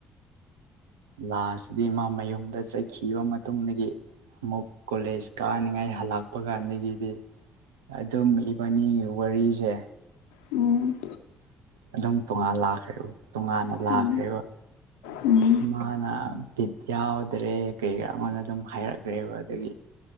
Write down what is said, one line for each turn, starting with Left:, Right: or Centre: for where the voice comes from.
Right: ꯂꯥꯁꯤꯗꯤ ꯃꯥ ꯃꯌꯨꯝꯗ ꯆꯠꯈꯤꯕ ꯃꯇꯨꯡꯗꯒꯤ ꯑꯃꯨꯛ ꯀꯣꯂꯦꯖ ꯀꯥꯅꯤꯉꯥꯏ ꯍꯜꯂꯛꯄ ꯀꯥꯟꯗꯒꯤꯗꯤ ꯑꯗꯨꯝ ꯏꯕꯅꯤ ꯋꯥꯔꯤꯁꯦ
Left: ꯎꯝ
Right: ꯑꯗꯨꯝ ꯇꯣꯉꯥꯟ ꯂꯥꯛꯈ꯭ꯔꯦꯕ ꯇꯣꯉꯥꯟꯅ ꯂꯥꯛꯈ꯭ꯔꯦꯕ
Left: ꯎꯝ ꯎꯝ
Right: ꯃꯥꯅ ꯚꯠ ꯌꯥꯎꯗ꯭ꯔꯦ ꯀꯩ ꯀꯥ ꯑꯩꯗ ꯑꯗꯨꯝ ꯍꯥꯏꯔꯛꯈ꯭ꯔꯦꯕ ꯑꯗꯨꯗꯒꯤ